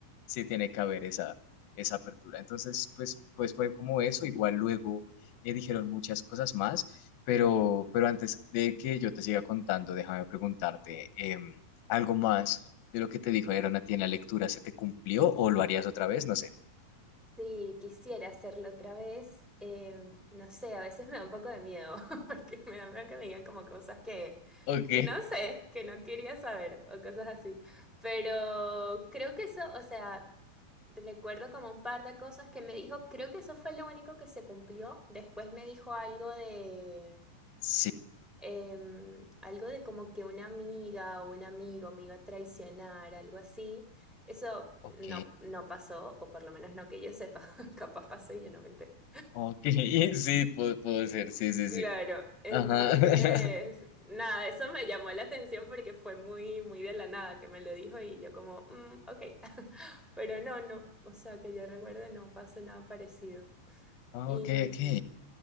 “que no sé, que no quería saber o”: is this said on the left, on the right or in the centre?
Centre